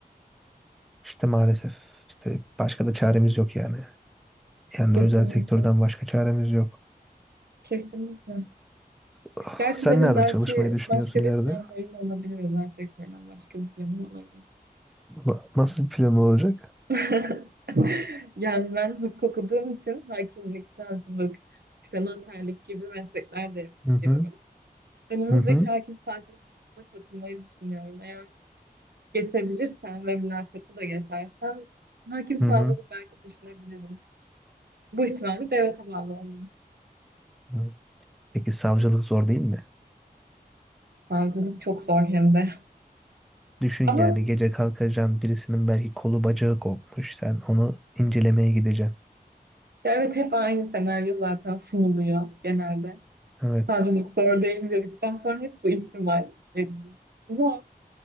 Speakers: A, in the centre; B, on the right (about 85°).
A: İşte maalesef işte başka da çaremiz yok yani. Yani
B: Kesinlikle.
A: özel sektörden başka çaremiz yok.
B: Kesinlikle.
A: Ah,
B: Gerçi
A: Sen
B: benim
A: nerede
B: belki
A: çalışmayı düşünüyorsun
B: başka
A: ileride?
B: bir planlarım olabilir özel sektörden başka bir planım olabilir.
A: Na- Nasıl bir plan olacak?
B: <laughs> Yani ben hukuk okuduğum için hakimlik, savcılık, işte noterlik gibi meslekler de
A: Hı hı,
B: yapıyorum. Önümüzdeki
A: hı hı,
B: hakim savcılık sınavına katılmayı düşünüyorum. Eğer geçebilirsem ve mülakatı da geçersem hakim savcılık
A: hı hı.
B: belki düşünebilirim. Bu ihtimalle devlete bağlı olmalıyım.
A: hı. Peki savcılık zor değil mi?
B: Savcılık çok zor hem de.
A: Düşün
B: Ama
A: yani gece kalkacaksın birisinin belki kolu bacağı kopmuş. Sen onu incelemeye gideceksin.
B: ya evet hep aynı senaryo zaten sunuluyor genelde.
A: Evet.
B: Savcılık zor değil dedikten sonra hep bu ihtimal veriliyor. Zor.